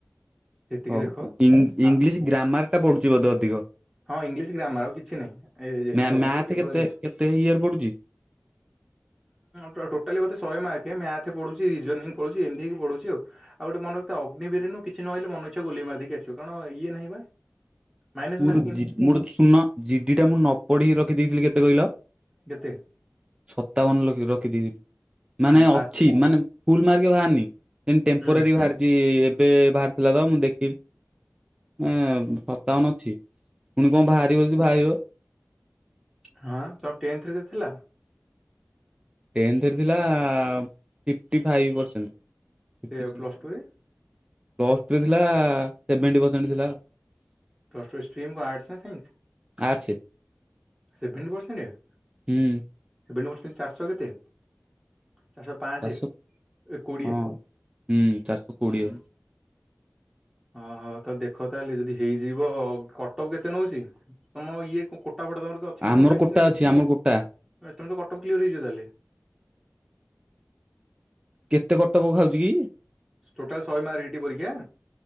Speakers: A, in the centre; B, on the right (about 20°).
A: ସେତିକି
B: ହଉ
A: ଦେଖ
B: ଇଂଲିଶ
A: ଆ
B: ଗ୍ରାମାର ଟା ପଡୁଛି ବୋଧେ ଅଧିକ।
A: ହଁ ଇଂଲିଶ ଗ୍ରାମର ଆଉ କିଛି ନହିଁ ଏ
B: ମ୍ୟା
A: ଅଗ୍ନିବର
B: ମ୍ୟାଥ
A: କେବଳ
B: କେତେ
A: ଇଂ
B: କେତେ ଇଏରେ ପଡୁଛି
A: ଉୁଁ ଟୋଟାଲି ମତେ ଶହେ ମାର୍କ ମଥ ପଢୁଛି ରିଜନି ପଢୁଛି ଏମିତି ହେକି ପଢୁଛି ଆଉ। ଆଉ ଗୋଟେ ମନ ରଖ ଅଗ୍ନିରୁୁ କିଛି ନହଲେ ମନୁଇଛ ଗୁ ମାରି ଦେଇି ଆସ କଣ ଏ ନାହିଁ ବା। ମାଇନସ
B: ମୋର
A: ମ
B: ମୋର ଶୁନ ଜିଡି ଟା ମୁଁ ନ ପଢିକି ରଖିଦେଇଥିଲି କେତେ କହିଲ।
A: କେତେ
B: ସତାବନ ଲଖି ରଖିଦେଇଥିଲି। ମାନେ ଅଛି
A: ପାସ୍
B: ମାନେ ଫୁଲ ମାର୍କ ବାହାରନି ସେ ଟେମ୍ପୋରାରୀ
A: ହୁଁ
B: ବାହାରିଛି। ଏବେ ବାହାରିଥିଲା ତ ମୁଁ ଦେଖିଲି ଏ ସପ୍ତାବନ ଅଛି। ପୁଣି କଣ ବାହାରିବ ଯଦି ବାହାରିବ।
A: ହଁ ତମ ଟେନ୍ଥରେ ଥିଲା?
B: ଟେନ୍ଥରେ ଥିଲା ଫିଫ୍ଟି ଫାଇଭ୍ ପରସେଣ୍ଟ୍। ଥିଲା।
A: ସେ ପ୍ଲସ ଟୁରେ? ଦଷ୍ଟଟର ସ୍ଷ୍ଟ୍ର୍ରୀମ କ ଆର୍ଟସ ସାଇ?
B: ଆଛି।
A: େ ପରେଟାରହ
B: ହୁଁ
A: କେତେ? ଚାରିଶହ ପାଞ୍ଚ
B: ଚାରିଶହ
A: ଏ କୋଡିଏ
B: ହଁ ହୁଁ ଚାରିଶହ କୋଡିଏ
A: ହୁଁ ଓଁହୋ ତ ଦେଖ ତାହେଲେ ଯଦି ହେଇଯିବ କଟକ କେତେ ନଉଛି। ତମ ଇଏ କୋଟା ଫଡା ତମର ଅଛି
B: ଆମର
A: ନା କୋଟା କିଛି ନାହିଁ
B: ଅଛି ଆମର କୋଟା
A: ତମେ ତ କଟୋୁ କ୍ଲିୟର ହେଇଯ ତାହେଲେ।
B: କେତେ କଟ ପୋକ ଖାଉଛି କି
A: ଟୋଟାଲ ଶହେ ମାାରିଇଟି ପରୀକ୍ଷା।